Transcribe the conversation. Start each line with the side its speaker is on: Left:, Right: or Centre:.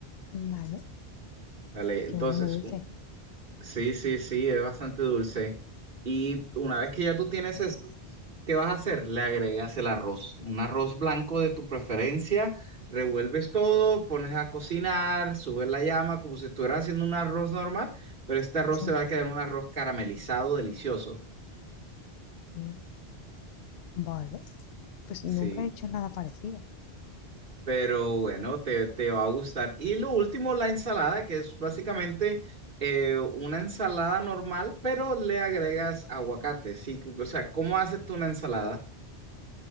Left: vale.
Right: Dale,
Left: Qué
Right: entonces,
Left: bueno, dulce.
Right: Sí, sí, sí, es bastante dulce. Y una vez que ya tú tienes esto, ¿qué vas a hacer? Le agregas el arroz, un arroz blanco de tu preferencia, revuelves todo, pones a cocinar, subes la llama como si estuvieras haciendo un arroz normal, pero este arroz
Left: Sí.
Right: te va a quedar un arroz caramelizado, delicioso.
Left: Mm. Vale, pues
Right: Sí,
Left: nunca he hecho nada parecido.
Right: pero bueno, te, te va a gustar. Y lo último, la ensalada, que es básicamente eh, una ensalada normal, pero le agregas aguacate, sí, o sea, ¿cómo haces tú una ensalada?